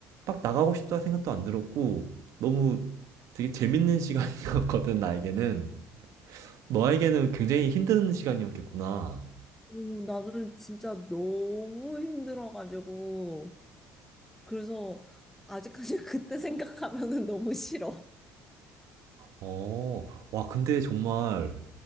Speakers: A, on the right; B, in the centre.
A: 빡 나가고 싶다 생각도 안 들었고 너무 되게 재밌는 <laughs> 시간이었거든 나에게는 너에게는 굉장히 힘든 시간이었겠구나.
B: 오, 나는 진짜 너무 힘들어가지고. 그래서 아직까지 <laughs> 그때 생각하면은 너무 싫어.
A: 어, 와 근데 정말